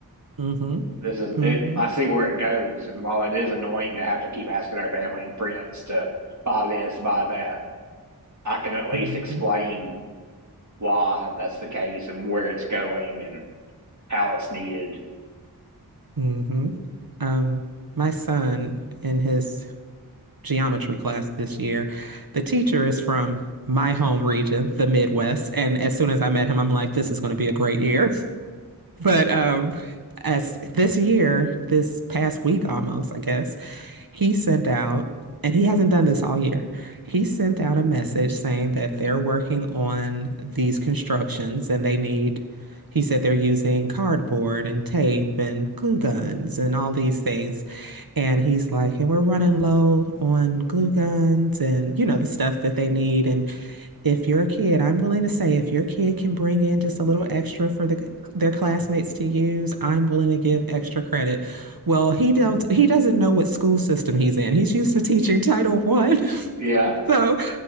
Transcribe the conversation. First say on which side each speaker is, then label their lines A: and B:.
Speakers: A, on the right (about 65°); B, on the right (about 50°).
A: hmm
B: This is
A: Mm-hmm.
B: it. I see where it goes. And while it is annoying to have to keep asking our family and friends to buy this, buy that, I can at least
A: Mm-hmm.
B: explain why that's the case and where it's going and how it's needed.
A: Mm-hmm. Um, my son in his geometry class this year, the teacher is from my home region, the Midwest. And as soon as I met him, I'm like, this is going to be a great year. <laughs> But um, as this year, this past week almost, I guess, He sent out, and he hasn't done this all year. He sent out a message saying that they're working on these constructions and they need, he said they're using cardboard and tape and glue guns and all these things. And he's like, and we're running low on glue guns and, you know, the stuff that they need. And if your kid, I'm willing to say, if your kid can bring in just a little extra for the, their classmates to use, I'm willing to give extra credit. Well, he don't he doesn't know what school system he's in. He's used to teaching Title One,
B: Yeah.
A: <laughs> so